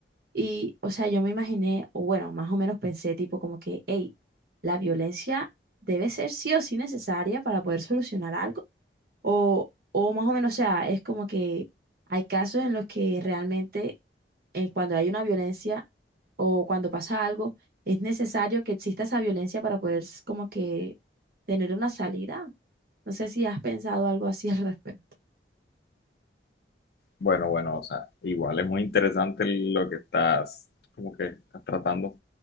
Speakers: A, on the right; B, on the left.
A: Y, o sea, yo me imaginé, o bueno, más o menos pensé tipo como que, hey, la violencia debe ser sí o sí necesaria para poder solucionar algo. O, o más o menos, o sea, es como que hay casos en los que realmente eh, cuando hay una violencia o cuando pasa algo, es necesario que exista esa violencia para poder s- como que tener una salida. No sé si has pensado algo así al <laughs> respecto.
B: Bueno, bueno, o sea, igual es muy interesante lo que estás, como que estás tratando,